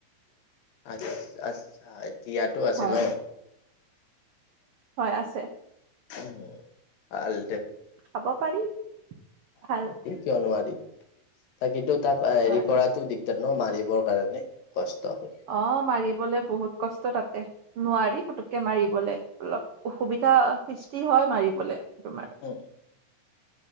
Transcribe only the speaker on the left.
আচ্ছা- আচ্ছা ইয়াতো আছে
ন?
<unintelligible> কিয় নোৱাৰি
ত- কিন্তু তাক হেৰি
কৰাতো দি <unintelligible> মাৰিবৰ কাৰণে কষ্ট হয়।
উম।